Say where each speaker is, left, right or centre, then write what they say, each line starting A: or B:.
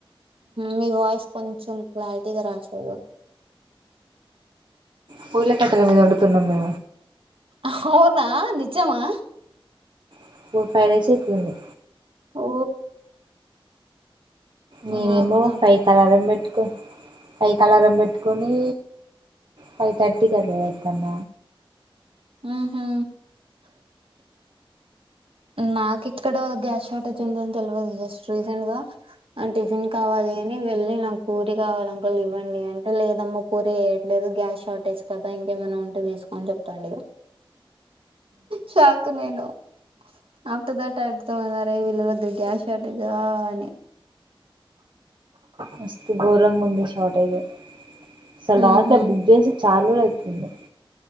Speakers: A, on the right; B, on the right.
A: మీ వాయిస్ కొంచెం క్లారిటీగా రాట్లేదు
B: పొయిల కట్టల మీద వండుతున్నము
A: అవునా నిజమా
B: <inaudible> ఫైవ్ డేసే ఇట్లుంది
A: ఓ
B: నేనేమో
A: నాకు కూడా అన్-
B: సాయికి అలారం పెట్టుకుని ఫైకు అలారం పెట్టుకుని ఫై‌ తర్టీ కట్ల లేస్తున్న
A: ఊహూ నాకు ఇక్కడ గ్యాస్ షార్టేజ్ ఉందిని తెలియదు జస్ట్ రీసెంట్ గా టిఫిన్ కావాలి అని వెళ్ళి నాకు పూరి కావాలి అంకోల్ ఇవ్వండి అంటే లేదమ్మా పూరి వేయట్లేదు గ్యాస్ షార్టేజ్ కదా ఇంకేమైనా ఉంటే వేసుకొని చెప్తాండె షాక్ నేను ఆప్త దాట ఆడతామందారే విల్గ గ్యాష్ ఆడద అని
B: మస్తు ఘోరంగా ఉంది షార్టేజ్ సలాడ్లబుజే
A: ఉహు
B: సి చాలా రోజులు అవుతుంది